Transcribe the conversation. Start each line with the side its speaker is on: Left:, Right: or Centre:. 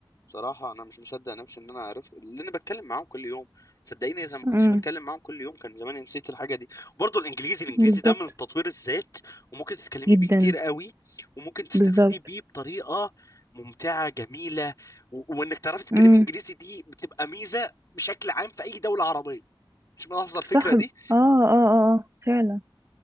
Left: بصراحة أنا مش مصدق نفسي إن أنا عرفت اللي أنا بتكلم معاهم كل يوم صدقيني إذا ما كنتش
Right: امم
Left: بتكلم معاهم كل يوم كان زماني نسيت الحاجة دي وبرضه الإنجليزي الإنجليزي
Right: بالظبط
Left: ده من تطوير الذات وممكن تتكلمي
Right: جدا
Left: بيه كتير قوي وممكن تستفيدي
Right: بالظبط
Left: بيه بطريقة ممتعة جميلة و... وإنك تعرفي تتكلمي
Right: امم
Left: إنجليزي دي بتبقى ميزة بشكل عام في أي دولة عربية مش ملاحظة الفكرة
Right: صح
Left: دي
Right: اه اه اه آه، فعلا